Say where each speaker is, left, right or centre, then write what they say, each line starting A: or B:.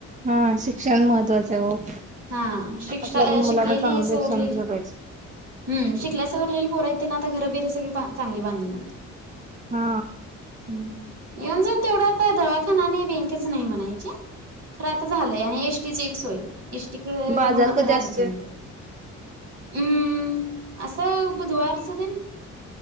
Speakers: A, on the right; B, on the right.
A: हा शिक्षण महत्वाचं आहे हो.
B: हा शिक्षा
A: आपल्या पण मुलांना
B: शिकलेली
A: चांगलं
B: सवरलेली
A: शिक्षण दिलं पाहिजे
B: हम्मं शिकले सवरलेली पोरं आहेत तेनां आता घरबीर सगळी चांगली बांधून आहेत.
A: हा
B: येऊन जाऊंन तेवढ तर दवाखानाच आणि बँकेचं नाही म्हणायचे खरं आता झालंय आणि एस टी ची एक सोय नाय एस टी कळ
A: बाजार
B: मुळं
A: कधी
B: जरा
A: असतोय
B: अडचण येते. हूं असं बुधवारचा दिन